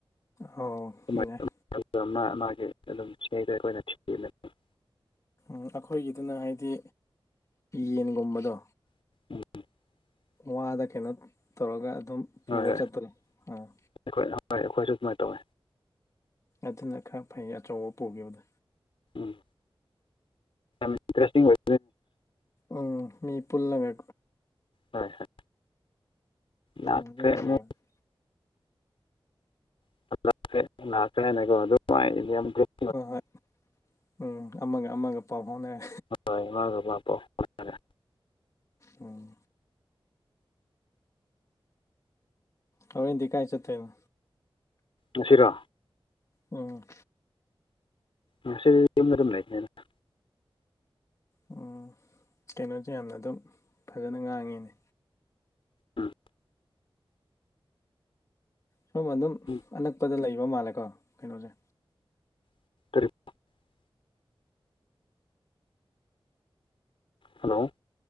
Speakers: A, on the left; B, on the left.
A: ꯑꯧ
B: <unintelligible>
A: ꯌꯥꯏ
B: ꯑꯗꯨꯝ <unintelligible> ꯑꯩꯈꯣꯏꯅ ꯊꯤ <unintelligible>
A: ꯑꯩꯈꯣꯏꯒꯤꯗꯨꯅ ꯍꯥꯏꯗꯤ ꯌꯦꯟꯒꯨꯝꯕꯗꯣ
B: <inaudible>
A: ꯋꯥꯗ ꯀꯩꯅꯣ ꯇꯧꯔꯒ ꯑꯗꯨꯝ ꯄꯨꯔ
B: ꯍꯣꯏ ꯍꯣꯏ ꯑꯩꯈꯣꯏ
A: ꯆꯠꯄꯗꯣ ꯑꯥ
B: ꯍꯣꯏ ꯑꯩꯈꯣꯏꯁꯨ ꯑꯗꯨꯃꯥꯏꯅ ꯇꯧꯋꯤ
A: ꯑꯗꯨꯅ ꯈꯔ ꯐꯩ ꯑꯆꯧꯕ ꯄꯨꯈꯤꯕꯗꯣ
B: ꯎꯝ ꯌꯥꯝ ꯏꯟꯇ꯭ꯔꯦꯁꯇꯤꯡ ꯑꯣꯏ
A: ꯎꯝ ꯃꯤ ꯄꯨꯜꯂꯒꯥ
B: ꯍꯣꯏ ꯍꯣꯏ
A: <unintelligible>
B: ꯂꯥꯛꯈ꯭ꯔꯦ ꯑꯃꯨꯛ <unintelligible>
A: ꯍꯣꯏ ꯍꯣꯏ ꯎꯝ ꯑꯃꯒ ꯑꯃꯒ ꯄꯥꯎ ꯐꯥꯎꯅꯔꯦ
B: ꯍꯣꯏ ꯃꯥꯒ <unintelligible> ꯅꯔꯦ
A: ꯎꯝ ꯍꯣꯔꯦꯟꯗꯤ ꯀꯥꯏ ꯆꯠꯇꯣꯏꯅꯣ
B: ꯉꯁꯤꯔꯣ
A: ꯑꯝ
B: ꯉꯁꯤ ꯌꯨꯝꯗ ꯑꯗꯨꯝ ꯂꯩꯅꯤꯗ
A: <unintelligible> ꯀꯩꯅꯣꯁꯦ ꯌꯥꯝꯅ ꯑꯗꯨꯝ ꯐꯖꯅ ꯉꯥꯡꯉꯤꯅꯦ
B: ꯎꯝ
A: ꯁꯣꯝ ꯑꯗꯨꯝ
B: ꯎꯝ
A: ꯑꯅꯛꯄꯗ ꯂꯩꯕ ꯃꯥꯜꯂꯦꯀꯣ ꯀꯩꯅꯣꯁꯦ
B: <unintelligible> ꯍꯜꯂꯣ